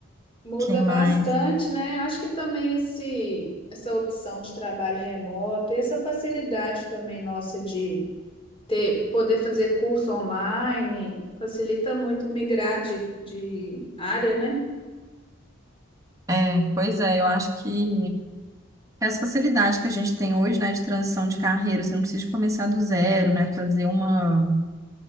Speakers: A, on the left; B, on the right.
A: muda
B: quem mais.
A: bastante, né? Acho que também esse, essa opção de trabalho remoto e essa facilidade também nossa de ter, poder fazer curso online facilita muito migrar de, de área, né?
B: É, pois é, eu acho que Essa facilidade que a gente tem hoje, né, de transição de carreira, você não precisa começar do zero, né, fazer uma,